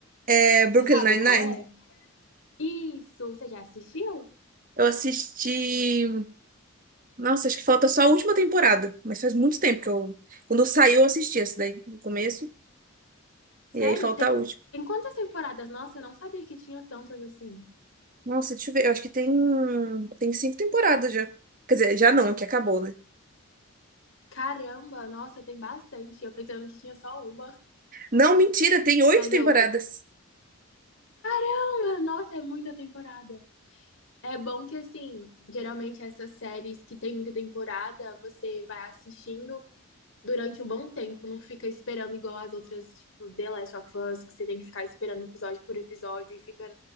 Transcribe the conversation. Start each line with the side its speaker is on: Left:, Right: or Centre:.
Right: É Brooklyn
Left: Você sabe
Right: Nine-Nine?
Left: qual é? Isso, você já assistiu?
Right: Eu assisti. Nossa, acho que falta só a última temporada, mas faz muito tempo que eu. Quando saiu, eu assisti essa daí, no começo,
Left: Sério?
Right: e aí falta
Left: Tem,
Right: a última.
Left: tem quantas temporadas? Nossa, eu não sabia que tinha tantas assim.
Right: Nossa, deixa eu ver, eu acho que tem, tem cinco temporadas já. Quer dizer, já não, que acabou, né?
Left: Caramba, nossa, tem bastante. Eu pensando que tinha só uma,
Right: Não, mentira, tem oito
Left: mas
Right: temporadas.
Left: eu, caramba, nossa, é muita temporada. É bom que assim, geralmente essas séries que tem muita temporada, você vai assistindo durante um bom tempo, não fica esperando igual as outras, tipo, The Last of Us, que você tem que ficar esperando episódio por episódio e fica